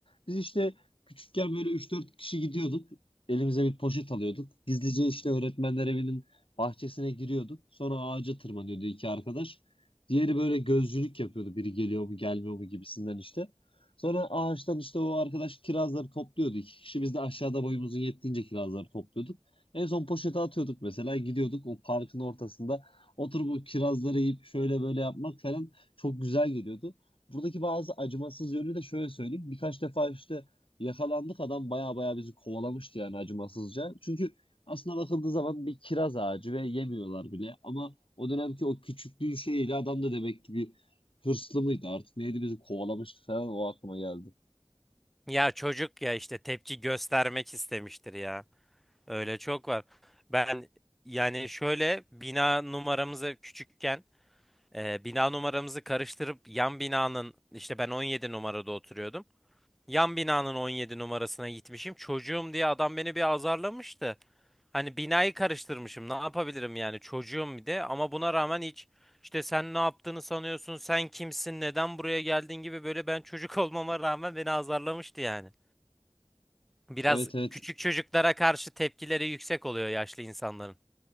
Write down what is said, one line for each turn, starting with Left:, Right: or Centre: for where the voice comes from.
Left: Biz işte küçükken böyle üç dört kişi gidiyorduk. Elimize bir poşet alıyorduk. Gizlice işte öğretmenler evinin Bahçesine giriyorduk. Sonra ağaca tırmanıyordu iki arkadaş. Diğeri böyle gözcülük yapıyordu. Biri geliyor mu gelmiyor mu gibisinden işte. Sonra ağaçtan işte o arkadaş kirazları topluyordu. İki kişi biz de aşağıda boyumuzun yettiğince kirazları topluyorduk. En son poşete atıyorduk mesela gidiyorduk o parkın ortasında oturup o kirazları yiyip şöyle böyle yapmak falan çok güzel geliyordu. Buradaki bazı acımasız yönü de şöyle söyleyeyim. Birkaç defa işte yakalandık adam baya baya bizi kovalamıştı yani acımasızca. Çünkü aslında bakıldığı zaman bir kiraz ağacı ve yemiyorlar bile. Ama o dönemki o küçüklüğün şeyiyle adam da demek ki bir hırslı mıydı artık neydi bizi kovalamıştı falan o aklıma geldi.
Centre: Ya çocuk ya işte tepki göstermek istemiştir ya. Öyle çok var. Ben yani şöyle bina numaramızı küçükken e, bina numaramızı karıştırıp yan binanın işte ben 17 numarada oturuyordum. Yan binanın 17 numarasına gitmişim. Çocuğum diye adam beni bir azarlamıştı. Hani binayı karıştırmışım. Ne yapabilirim yani çocuğum bir de ama buna rağmen hiç işte sen ne yaptığını sanıyorsun, sen kimsin, neden buraya geldin gibi böyle ben çocuk <laughs> olmama rağmen beni azarlamıştı yani. Biraz
Left: Evet evet
Centre: küçük çocuklara karşı tepkileri yüksek oluyor yaşlı insanların.